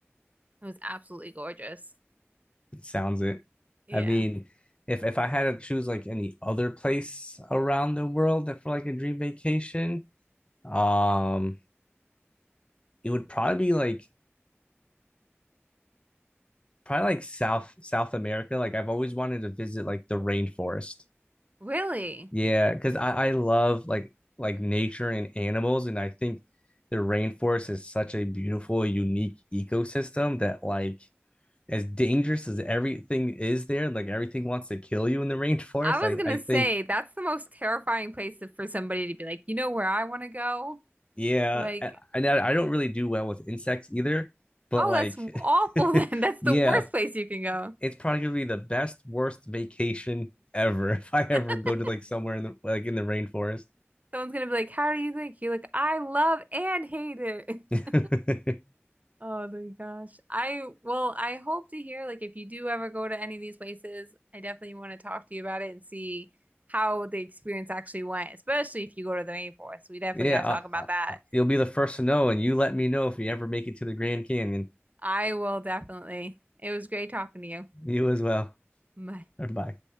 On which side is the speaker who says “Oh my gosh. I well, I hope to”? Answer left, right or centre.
Right